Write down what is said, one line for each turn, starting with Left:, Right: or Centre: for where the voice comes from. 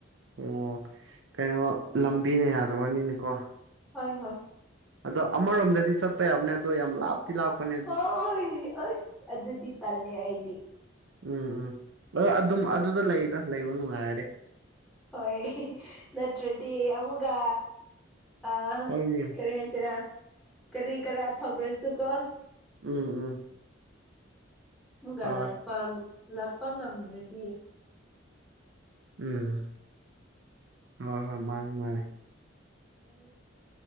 Right: ꯑꯣ ꯀꯩꯅꯣ ꯂꯝꯕꯤꯅ ꯌꯥꯗꯕꯅꯤꯅꯦꯀꯣ
Centre: ꯍꯣꯏ ꯍꯣꯏ
Right: ꯑꯗꯣ ꯑꯃꯥꯔꯣꯝꯗꯗꯤ ꯆꯠꯄ ꯌꯥꯕꯅꯦ ꯑꯗꯣ ꯌꯥꯝ ꯂꯥꯞ ꯇꯤꯂꯥꯎꯄꯅꯦ
Centre: ꯑꯣꯏ ꯑꯁ ꯑꯗꯨꯗꯤ ꯇꯜꯂꯦ ꯑꯩꯗꯤ
Right: ꯎꯝ ꯎꯝ ꯑꯣ ꯑꯗꯨꯝ ꯑꯗꯨꯗ ꯂꯩꯗ ꯂꯩꯕ ꯅꯨꯡꯉꯥꯏꯔꯗꯤ
Centre: ꯍꯣꯏ ꯅꯠꯇ꯭ꯔꯗꯤ ꯑꯃꯨꯒꯥ ꯑ
Right: ꯍꯣꯏꯅꯦ
Centre: ꯀꯔꯤ ꯍꯥꯏꯁꯤꯔꯥ ꯀꯔꯤ ꯀꯔꯥ ꯊꯣꯛꯂꯁꯨꯀꯣ
Right: ꯎꯝ ꯎꯝ
Centre: ꯃꯨꯒꯥ
Right: ꯍꯣꯏ
Centre: ꯂꯥꯛꯄ ꯂꯥꯛꯄ ꯉꯝꯗ꯭ꯔꯥꯗꯤ
Right: ꯎꯝ ꯍ ꯍꯣꯏ ꯃꯥꯅꯦ ꯃꯥꯅꯦ
Centre: ꯍꯣꯏ꯫